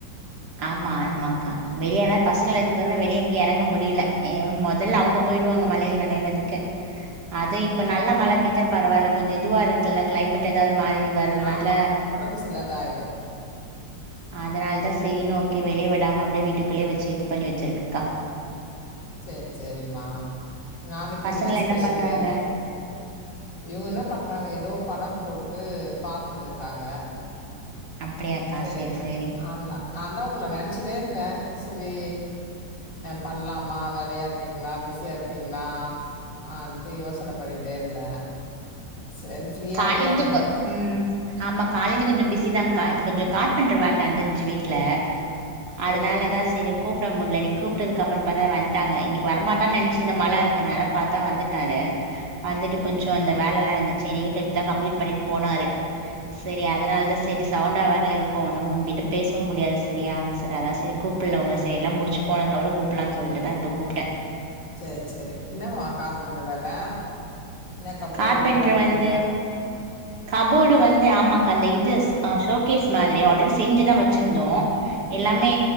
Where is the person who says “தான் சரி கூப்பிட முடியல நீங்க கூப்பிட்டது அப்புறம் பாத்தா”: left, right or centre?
Right